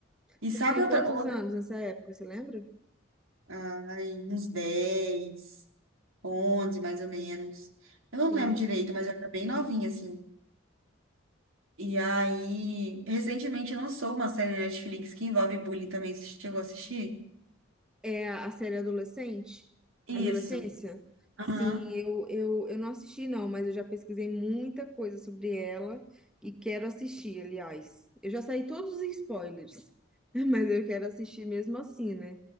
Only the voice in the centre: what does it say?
Você
tinha
quantos
anos nessa época, você lembra?
Entendi.
É a a série adolescente?
Adolescência?
Sim, eu, eu, eu não assisti, não, mas eu já pesquisei muita coisa sobre ela e quero assistir, aliás. Eu já saí todos os spoilers, <laughs> mas eu quero assistir mesmo assim, né?